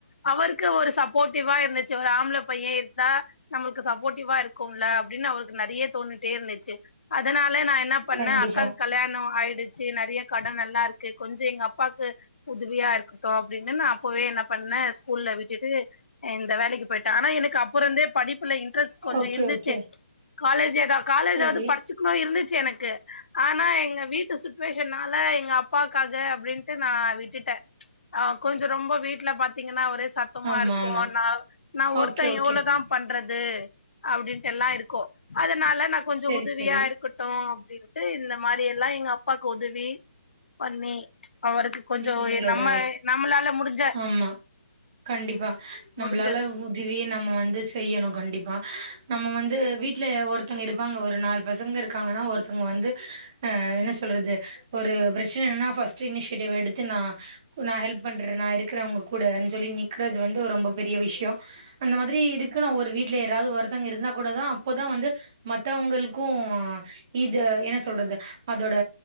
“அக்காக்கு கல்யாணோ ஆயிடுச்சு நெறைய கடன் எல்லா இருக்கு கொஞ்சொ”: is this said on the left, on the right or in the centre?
Left